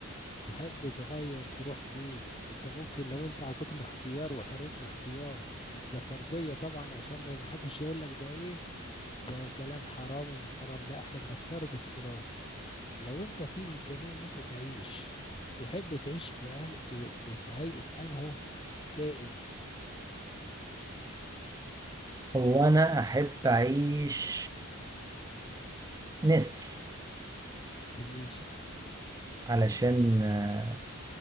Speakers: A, on the left; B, on the right.
A: تحب تغير تروح فين انت ممكن لو انت عطوك الاختيار وحرية الاختيار م- ده فرضية طبعا عشان ما ما حدش يقول لك ده ايه ده كلام حرام ومش حرام لا احنا بنفترض افتراض لو انت في امكانية ان انت تعيش تحب تعيش في أن... في... في... في هيئة انه كائن
B: هو انا احب اعيش نسر
A: جميل
B: علشان آه،